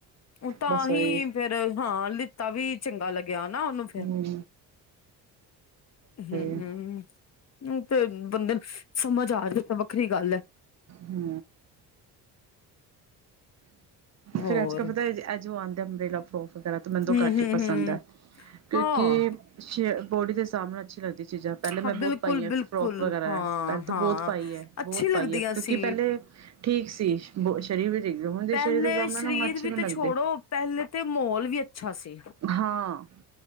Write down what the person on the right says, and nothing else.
ਬਸ
ਉਹੀ
ਹੂੰ
ਹੈ
ਹੂੰ
ਫਿਰ ਅੱਜ ਕਾ ਪਤਾ ਅੱਜ ਜੋ ਆਂਦਾ ਅੰਮਰੇਲਾ ਵਗੈਰਾ ਤਾਂ ਮੈਨੂੰ
ਘੱਟ
ਹੀ ਪਸੰਦ
ਆ ਕਿਉਂਕਿ
ਸ਼ ਬੋਡੀ ਦੇ ਹਿਸਾਬ ਨਾਲ ਅੱਛੀ ਲਗਦੀਆਂ ਚੀਜ਼ਾਂ ਪਹਿਲੇ ਮੈਂ
ਬਹੁਤ
ਪਾਈ ਹੈ,
ਫਰੋਕ ਵਗੈਰਾ
ਪਹਿਲੇ ਤਾਂ
ਬਹੁਤ ਪਾਈ ਹੈ,
ਬਹੁਤ
ਪਾਈ ਹੈ, ਕਿਉਂਕਿ
ਪਹਿਲੇ ਠੀਕ ਸੀ, ਬ ਸਰੀਰ ਵੀ ਠੀਕ ਹੁਣ ਜੇ
ਸਰੀਰ ਦੇ ਹਿਸਾਬ ਨਾ
ਹੁਣ ਅੱਛੇ ਵੀ
ਲੱਗਦੇ।
ਹਾਂ।